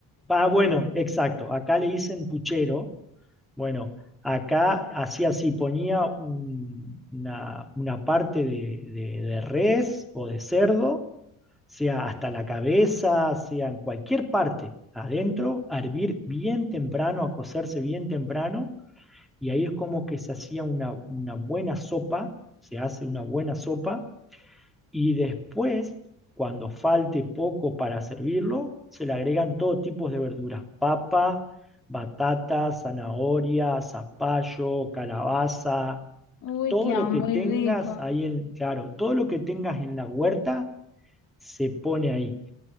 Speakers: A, in the centre; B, on the left.
A: Ah, bueno, exacto, acá le dicen puchero. Bueno, acá hacía así, ponía un- una, una parte de, de- de res o de cerdo, sea hasta la cabeza, sea en cualquier parte, adentro, a hervir bien temprano, a cocerse bien temprano y ahí es como que se hacía una, una buena sopa, se hace una buena sopa y después, cuando falte poco para servirlo, se le agregan todo tipo de verduras, papa, batata, zanahoria, zapallo, calabaza,
B: Uy,
A: todo
B: queda
A: lo que
B: muy
A: tengas
B: rico.
A: ahí en, claro, todo lo que tengas en la huerta se pone ahí.